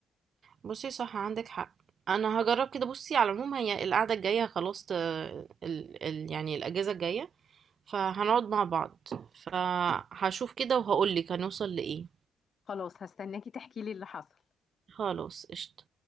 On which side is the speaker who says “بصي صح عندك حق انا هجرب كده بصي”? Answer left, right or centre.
Right